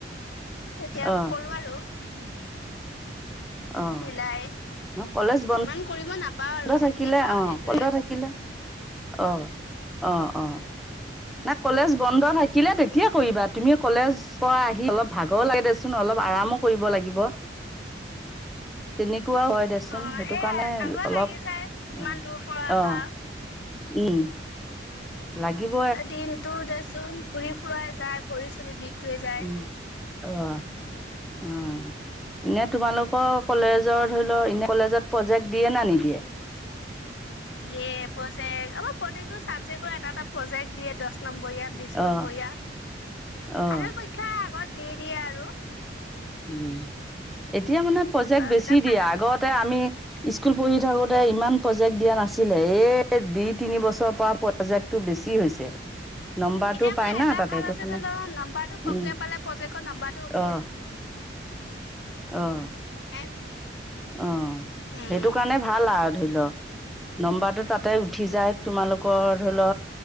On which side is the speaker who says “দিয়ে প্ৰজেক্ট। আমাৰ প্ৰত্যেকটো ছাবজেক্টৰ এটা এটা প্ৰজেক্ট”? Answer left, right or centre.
Left